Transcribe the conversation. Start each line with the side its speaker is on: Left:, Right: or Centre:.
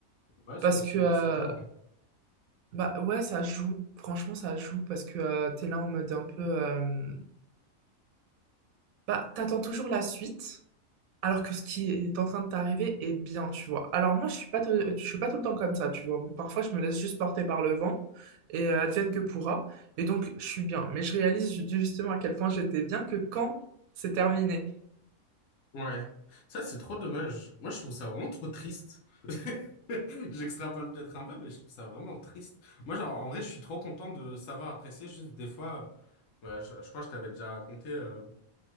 Left: Ouais, c'est
Right: Parce
Left: possible,
Right: que, euh,
Left: bah, ça joue. hein.
Right: bah ouais, ça joue. Franchement, ça joue parce que euh, t'es là en mode un peu. euh, bah, t'attends toujours la suite. Alors que ce qui est en train de t'arriver est bien, tu vois. Alors moi, je suis pas, te- je suis pas tout le temps comme ça, tu vois. Parfois, je me laisse juste porter par le vent et euh, advienne que pourra. Et donc, je suis bien. Mais je réalise ju- justement à quel point j'étais bien que quand c'est terminé.
Left: Ouais. Ça, c'est trop dommage. Moi, je trouve ça vraiment trop triste. <laughs> J'extrapole peut-être un peu, mais je trouve ça vraiment triste. Moi, genre, en vrai, je suis trop content de savoir apprécier. Juste des fois, euh, ouais, je, je crois que je t'avais déjà raconté. euh,